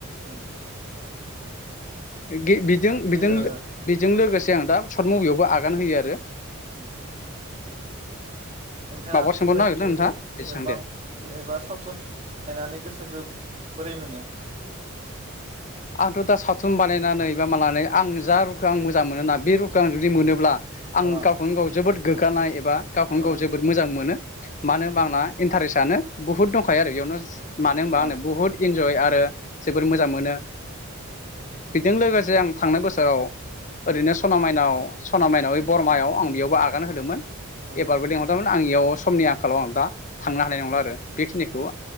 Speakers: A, on the right; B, on the left.
A: उम
B: गि बिजों बिजों
A: ओ
B: बिजों लोगोसे आं दा शत मुभियावबो आगा आगान होयो आरो।
A: ओम नोंथाङा
B: माबा सोंबावनो
A: <unintelligible>
B: नागिरदों नोंथाङा दे सों
A: एलबाम
B: दे
A: एबा सावथुन नायनानै गोसोखो बोरै मोनो
B: आंथ दा सावथुन बानायनानै बा मानानै आं जा रुखो आं मोजां मोनोना बे रुखो आं जुदि मोनोब्ला आं
A: अ
B: गावखोनो गाव जोबोद गोग गानाय एबा गावखोनो
A: अ
B: गाव जोबोद मोजां मोनो। मानो ओनबा आंना इनथारेसआनो बुहुत दंखायो आरो इयावनो स मानो होनबा
A: अ
B: आंनो बुहुत इन्ज जय आरो जोबोर मोजां मोनो। बेजों लोगोसे आं थांनाय बोसोराव ओरैनो सना माइनाव सना माइनाव ओइ बरमायाव आं बेयावबो आगान होदोंमोन।
A: अ
B: एबारबो लेंहरदोंमोन। आं इयाव समनि आंखालाव आं दा थांनो हानाय नंला आरो बेखिनिखौ